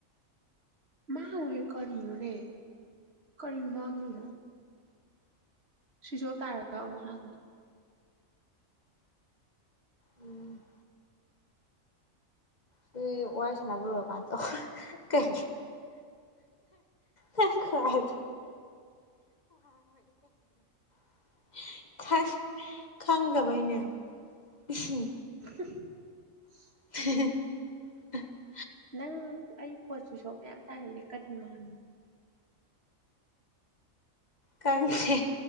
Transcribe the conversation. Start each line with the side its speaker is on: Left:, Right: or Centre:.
Right: ꯃꯥꯡꯒꯣꯏꯍꯦ ꯀꯔꯤꯅꯣꯅꯦ ꯀꯔꯤ ꯃꯥꯡꯗꯣꯏꯅꯣ ꯁꯤꯁꯣꯞ ꯇꯥꯔꯒ ꯑꯃꯨꯛ ꯍꯥꯡ
Left: ꯎꯝ ꯁꯤ ꯋꯥꯔꯤ ꯁꯟꯅꯕ ꯂꯣꯏꯔ ꯀꯥꯟꯗ ꯇꯧꯔꯒꯦ ꯀꯩꯒꯤ ꯅꯪ ꯈꯨꯍꯥꯏꯗꯣ <unintelligible> ꯈꯪꯗꯕꯩꯅꯦ <unintelligible>
Right: <unintelligible>
Left: <unintelligible>
Right: ꯅꯪ ꯑꯩ ꯐꯣꯟ ꯁꯤꯁꯣꯞ ꯃꯌꯥꯝ ꯇꯥꯏꯔꯤꯁꯦ ꯀꯔꯤ ꯃꯥꯟ
Left: ꯈꯪꯗꯦ